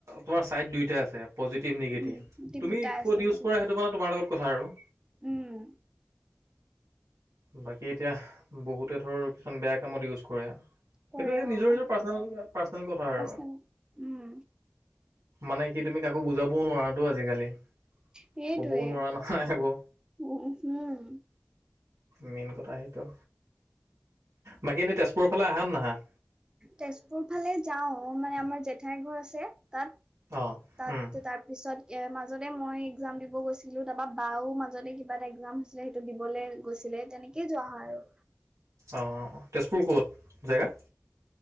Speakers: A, on the right; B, on the right.
A: তোমাৰ চাই দুই আছে পজিটিভ নিগেটিভ
B: উম, টিপ
A: তুমি
B: দুটা আছে
A: ক'ত ইউজ কৰা
B: হয়।
A: সেইটো মান তোমাৰ লগত কথা আৰু
B: উম,
A: বাকী এতিয়া বহুতে ধৰ কিছুমান বেয়া কামত ইউজ কৰে সেইটো
B: কৰে
A: সে
B: অ',
A: নিজৰ নিজৰ পাৰ্চনেল পাৰ্চনেল কথা আৰু
B: পাৰ্চনেল উম,
A: মানে কি তুমি কাকো বুজাবও নোৱাৰাতো আজিকালি
B: সেইটোৱে
A: কবও নোৱাৰা নহাই আকৌ
B: উম, হম
A: মেইন কথা সেইটো বাকী এনেই তেজপুৰৰ ফালে আহান, নহা।
B: তেজপুৰ ফালে যাও মানে আমাৰ জেঠাইৰ ঘৰ আছে। তাত,
A: অঁ
B: তাত
A: উম,
B: তাৰপিছত এম মাজতে, মই এক্সাম দিব গৈছিলো, তাৰপৰা বাও মাজতে কিবা এটা এক্সাম হৈছিলে সেইটো দিব। লে, গৈছিলে তেনেকে যোৱা হয়া আৰু।
A: অ, তেজপুৰ ক'ত জেগা